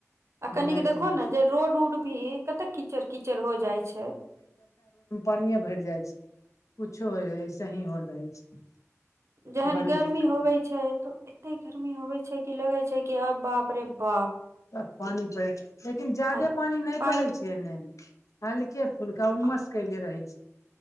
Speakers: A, on the right; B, on the left.
A: आ कनिक
B: नहि
A: देखहो
B: कह
A: ने जे रोड उड भी कते कीचड़ कीचड़ हो जाइ छैय
B: पानीए भैर जाइ छै कुछो हो जाय ऐ सही होल रहै छै
A: जहन
B: बड़ी
A: गर्मी
B: दिक्कत
A: होबे छै तो एते गर्मी होबे छै कि लगै छै कि अब बाप रे बाप
B: ह पानी पड़ लेकिन जादे
A: आ
B: पानी नय
A: पानि
B: पड़ै छै से नय हलके फुलका उ्मस
A: आह
B: कयले रहै छै